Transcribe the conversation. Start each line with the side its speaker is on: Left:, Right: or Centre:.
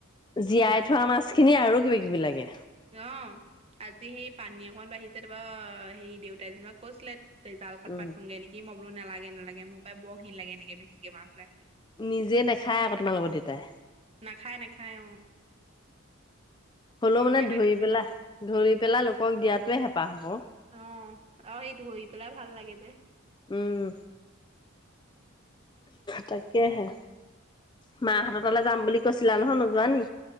Left: জীয়াই থোৱা মাছখিনি আৰু কিবা-কিবি লাগে।
Right: অঁ', আজি সেই পানী অকণমান বাঢ়িছে তাৰপা হেৰি দেউতাই যেনিবা কৈছিলে তে জালখন
Left: উম
Right: পাতোগে নেকি মই বোলো নালাগে নালাগে মোৰ পায় বৰ ঘিন লাগে এনেকে বেছিকে মাছ ওলাই থাকিলে।
Left: নিজে নাখায় আকৌ তোমালোকৰ দেতাই।
Right: নাখায় নাখায় অ'।
Left: হলেও
Right: নিজে
Left: মানে ধৰি
Right: নাখায়।
Left: পেলা ধৰি পেলা লোকক দিয়াতোৱে হেঁপাহ আক'।
Right: অ' আৰু সেই ধৰি পেলাই ভাল লাগে যে।
Left: উম তাকে! কেহে! মা'হত তালে যাম বুলি কৈছিলা নহয়। নোযোৱা নি?